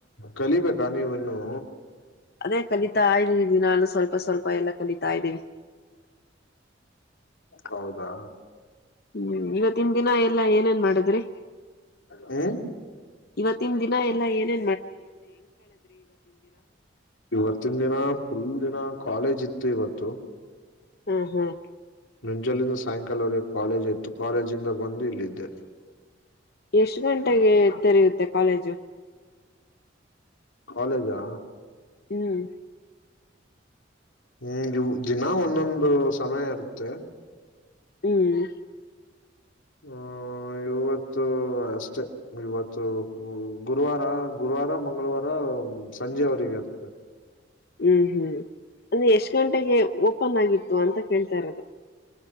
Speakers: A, on the left; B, on the left.
A: ಕಲಿಬೇಕಾ ನೀವಿನ್ನೂ.
B: ಅದೇ ಕಲಿತಾ ಇದ್ದೀವಿ ದಿನಾನು ಸ್ವಲ್ಪ ಸ್ವಲ್ಪ ಎಲ್ಲ ಕಲಿತಾ ಇದ್ದೀವಿ.
A: ಹೌದಾ.
B: ಹ್ಮ್ ಇವತ್ತಿನ್ ದಿನಾ ಎಲ್ಲಾ ಏನೇನ್ ಮಾಡಿದ್ರಿ.
A: ಹ್ಮ.
B: ಇವತ್ತಿನ ದಿನ ಎಲ್ಲಾ ಏನೇ.
A: ಇವತ್ತಿನ ದಿನ ಫುಲ್ ದಿನ ಕಾಲೇಜ್ ಇತ್ತು. ಇವತ್ತು.
B: ಹ್ಮ್ ಹ್ಮ್.
A: ನುಂಜಾಲಿಂದ ಸಾಯಂಕಾಲವರಗ್ ಕಾಲೇಜ್ ಇತ್ತು ಕಾಲೇಜಿಂದ ಬಂದು ಇಲ್ಲಿದ್ದೆ.
B: ಎಷ್ಟ ಗಂಟೆಗೆ ತೆರೆಯುತ್ತೆ ಕಾಲೇಜು.
A: ಕಾಲೇಜಾ.
B: ಹ್ಮ್.
A: ಹ್ಮ್ ಇವ. ದಿನ ಒಂದೊಂದು. ಸಮಯ ಇರುತ್ತೆ.
B: ಹ್ಮ್.
A: ಹ ಇವತ್ತು ಅಷ್ಟೇ ಇವತ್ತು ಗುರುವಾರ ಗುರುವಾರ ಮಂಗಳವಾರ. ಹ್ಮ್ ಸಂಜೆ ಅವರಿರಿಗೆ ಇರ್ತ.
B: ಹ್ಮ್ ಹ್ಮ್ ಅಂದ್ರೆ ಎಷ್ಟ ಗಂಟೆಗೆ ಓಪನ್ ಆಗಿತ್ತು ಅಂತ ಕೇಳ್ತಾ ಇರೋದು.